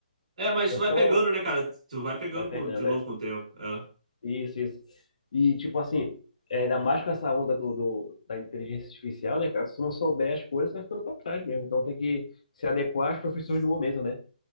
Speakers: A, on the right; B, on the left.
A: É, mas
B: É
A: tu vai
B: só.
A: pegando, né, cara? Tu vai pegando
B: Vai pegando,
A: com- de novo
B: é.
A: com o tempo. É.
B: Isso, isso. E, tipo assim, é, ainda mais com essa onda do, do- da inteligência artificial, né, cara? Se tu não souber as coisas, vai ficando pra trás mesmo. Então tem que se adequar às profissões do momento, né?